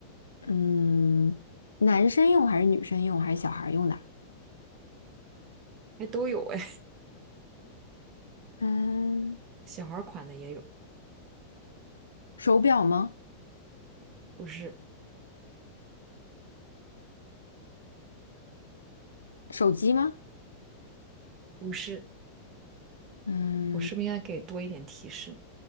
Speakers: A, on the left (about 75°); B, on the right (about 35°).
A: 嗯，男生用还是女生用还是小孩儿用的？
B: 还都有哎，
A: 嗯，
B: <laughs> 小孩儿款的也有，
A: 手表吗？
B: 不是，
A: 手机吗？
B: 不是，
A: 嗯
B: 我是不是应该给多一点提示？